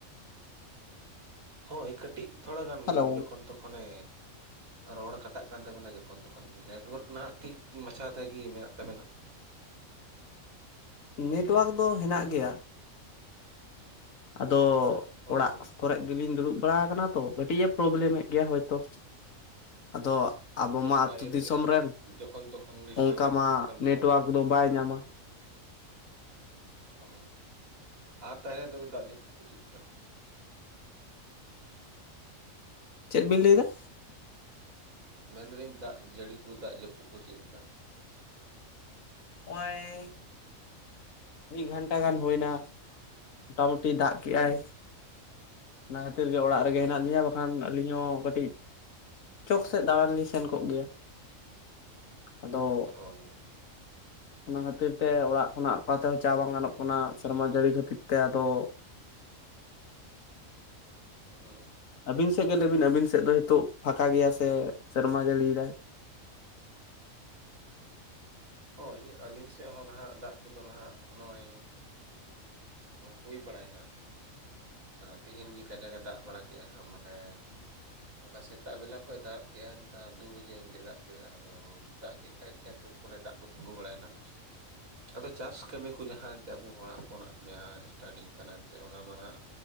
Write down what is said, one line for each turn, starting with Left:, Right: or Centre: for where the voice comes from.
Right: ᱦᱳᱭ ᱠᱟᱹᱴᱤᱡ ᱛᱷᱚᱲᱟ ᱜᱟᱱ
Left: ᱦᱮᱞᱳ
Right: ᱡᱚᱠᱷᱚᱱ ᱛᱚᱠᱷᱚᱱᱮ ᱨᱚᱲ ᱠᱟᱴᱟᱜ ᱠᱟᱱ ᱛᱟᱵᱮᱱᱟ ᱡᱚᱠᱷᱚᱱ ᱛᱚᱠᱷᱚᱱ ᱱᱮᱴᱣᱟᱨᱠ ᱱᱟᱸᱦᱜ ᱴᱷᱤᱠ ᱢᱟᱪᱷᱟ ᱛᱮᱜᱮ ᱢᱮᱱᱟᱜ ᱛᱟᱵᱮᱱᱟ
Left: ᱱᱮᱴᱚᱣᱟᱨᱠ ᱫᱚ ᱦᱮᱱᱟᱜ ᱜᱮᱭᱟ ᱟᱫᱚ
Right: ᱦᱳᱭᱛᱚ
Left: ᱚᱲᱟᱜ ᱠᱚᱨᱮ ᱜᱮᱞᱤᱧ ᱫᱩᱲᱩᱵ ᱵᱟᱲᱟ ᱟᱠᱟᱱᱟ ᱛᱚ ᱠᱟᱹᱴᱤᱡ ᱮ ᱯᱨᱚᱵᱞᱮᱢᱮᱫ ᱜᱮᱭᱟ ᱦᱚᱭᱛᱚ ᱟᱫᱚ
Right: ᱦᱳᱭ
Left: ᱟᱵᱚ
Right: ᱦᱳᱭ
Left: ᱢᱟ
Right: ᱚᱱᱟ
Left: ᱟᱹᱛᱩ
Right: ᱤᱭᱟᱹ
Left: ᱫᱤᱥᱚᱢ
Right: ᱛᱮᱜᱮ ᱱᱟᱦᱟᱜ
Left: ᱨᱮᱱ
Right: ᱡᱚᱠᱷᱚᱱ ᱛᱚᱠᱷᱚᱱ ᱰᱤᱥᱴᱟᱵᱮᱫ
Left: ᱚᱱᱠᱟ ᱢᱟ
Right: ᱠᱟᱱ
Left: ᱱᱮᱴᱚᱣᱟᱨᱠ
Right: ᱛᱟᱵᱮᱱᱟ
Left: ᱫᱚ ᱵᱟᱭ ᱧᱟᱢᱟ
Right: ᱚ ᱟᱨ ᱛᱟᱦᱮᱞᱮ ᱛᱚᱵᱮ ᱫᱟᱜ ᱡᱟᱹᱯᱩᱫ ᱠᱚ ᱪᱮᱫᱞᱮᱠᱟ
Left: ᱪᱮᱫ ᱵᱤᱱ ᱞᱟᱹᱭᱮᱫᱟ
Right: ᱢᱮᱱᱫᱟᱹᱧ ᱫᱟᱜ ᱡᱟᱹᱲᱤ ᱠᱚ ᱫᱟᱜ ᱡᱟᱹᱯᱩᱫ ᱠᱚ ᱪᱮᱫ ᱞᱮᱠᱟ
Left: ᱚᱭ ᱢᱤᱫ ᱜᱷᱟᱱᱴᱟ ᱜᱟᱱ ᱦᱩᱭ ᱮᱱᱟ ᱢᱚᱴᱟᱢᱩᱴᱤ ᱫᱟᱜ ᱠᱮᱫᱟᱭ ᱚᱱᱟ ᱠᱷᱟᱹᱛᱤᱨ ᱜᱮ ᱚᱲᱟᱜ ᱨᱮᱜᱮ
Right: ᱦᱩᱸ
Left: ᱦᱮᱱᱟᱜ ᱞᱤᱧᱟ ᱠᱷᱟᱱ ᱟᱹᱞᱤᱧ ᱦᱚᱸ ᱠᱟᱹᱴᱤᱡ ᱪᱚᱠ ᱥᱮᱫ ᱫᱟᱬᱟᱱ ᱞᱤᱧ ᱥᱮᱱ ᱠᱚᱜ ᱜᱮᱭᱟ ᱟᱫᱚ
Right: ᱦᱳᱭ
Left: ᱚᱱᱟ ᱠᱷᱟᱹᱛᱤᱨ ᱛᱮ ᱚᱲᱟᱜ ᱠᱷᱚᱱᱟᱜ ᱚᱠᱟ ᱛᱮᱦᱚᱸ ᱪᱟ ᱵᱟᱝ ᱜᱟᱱᱚᱜ ᱠᱟᱱᱟ ᱥᱮᱨᱢᱟ ᱡᱟᱹᱲᱤ ᱠᱷᱟᱹᱛᱤᱨ ᱛᱮ ᱟᱫᱚ
Right: ᱦᱮᱸ
Left: ᱟᱹᱵᱤᱱ ᱥᱮᱫ ᱜᱮ ᱞᱮᱵᱤᱱ ᱟᱵᱤᱱ ᱥᱮᱫ ᱫᱚ ᱱᱤᱛᱚᱜ ᱯᱷᱟᱸᱠᱟ ᱜᱮᱭᱟ ᱥᱮᱨᱢᱟ ᱡᱟᱹᱲᱤᱭᱮᱫᱟᱭ
Right: ᱦᱳᱭ ᱟᱹᱞᱤᱧ ᱥᱮᱫ ᱦᱚᱸ ᱱᱟᱦᱟᱜ ᱫᱟᱜ ᱠᱚᱫᱚ ᱱᱟᱦᱟᱜ ᱱᱚᱜᱼᱚᱭ ᱦᱩᱭ ᱵᱟᱲᱟᱭᱱᱟ ᱛᱮᱦᱤᱧ ᱜᱮ ᱠᱟᱡᱟᱠ ᱮ ᱫᱟᱜ ᱵᱟᱲᱟ ᱠᱮᱜᱼᱟ ᱢᱟᱱᱮ ᱚᱱᱠᱟ ᱥᱮᱛᱟᱜ ᱵᱮᱞᱟ ᱠᱷᱚᱱ ᱮ ᱫᱟᱜ ᱠᱮᱫᱼᱟ ᱚᱱᱠᱟ ᱫᱩ ᱵᱟᱡᱮ ᱦᱟᱹᱵᱤᱡ ᱮ ᱫᱟᱜ ᱠᱮᱫᱟ ᱟᱫᱚ ᱫᱟᱜ ᱠᱮᱫ ᱠᱷᱟᱡ ᱠᱷᱮᱛ ᱠᱚᱨᱮ ᱫᱟᱜ ᱠᱚ ᱛᱤᱸᱜᱩ ᱵᱟᱲᱟᱭᱮᱱᱟ ᱟᱫᱚ ᱪᱟᱥ ᱠᱟᱹᱢᱤ ᱠᱚ ᱡᱟᱦᱟᱸ ᱮᱱᱛᱮ ᱟᱵᱚ ᱦᱚᱲ ᱦᱚᱯᱚᱱᱟᱜ ᱡᱟᱦᱟᱸ ᱮᱥᱴᱟᱴᱤᱝ ᱠᱟᱱᱟ ᱮᱱᱛᱮᱫ ᱚᱱᱟ ᱢᱟ ᱱᱟᱸᱜ